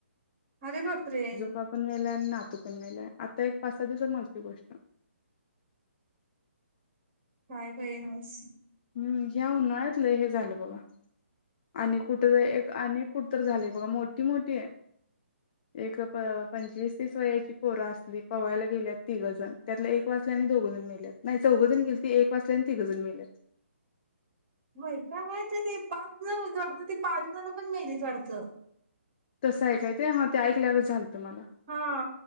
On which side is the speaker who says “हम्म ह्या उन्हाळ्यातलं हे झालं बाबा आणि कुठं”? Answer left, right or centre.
Left